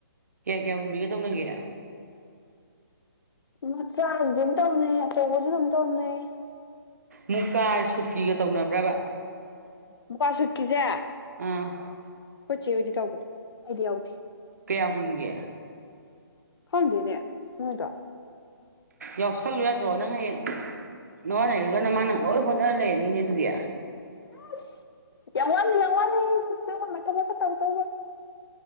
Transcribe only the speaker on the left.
ꯃꯆꯥꯁꯨ ꯑꯗꯨꯝ ꯇꯧꯅꯩ ꯑꯆꯧꯕꯁꯨ ꯑꯗꯨꯝ ꯇꯧꯅꯩ ꯫
ꯃꯨꯀꯥ ꯁꯨꯠꯀꯤꯁꯦ
ꯈꯣꯏ ꯆ‌ꯦꯍ‌ꯣꯏꯗꯤ ꯇꯧꯕꯅꯦ ꯑꯩꯗꯤ ꯌꯥꯎꯗꯦ ꯫
ꯈꯪꯗꯦꯅꯦ ꯃ‌ꯣꯏꯗ‌ꯣ ꯫
ꯑꯁ ꯌꯥꯝ ꯋꯥꯂꯤ ꯌꯥꯝ ꯋꯥꯂꯤ ꯗꯨꯒꯨꯝꯕ ꯊꯕꯛ ꯀ ꯇꯧꯗꯧꯕ